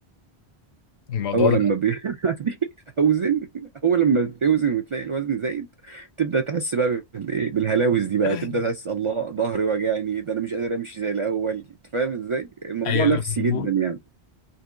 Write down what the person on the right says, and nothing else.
اول
لما بيعدي <laughs> اوزن اول لما بتوزن وتلاقي الوزن زايد تبدا تحس بقى بال... إيه؟ بالهلاوس دي بقى
تبدا تحس الله ظهري وجعني ده انا مش قادر امشي زي الاول أنت فاهم ازاي الموضوع
نفسي
جدا يعني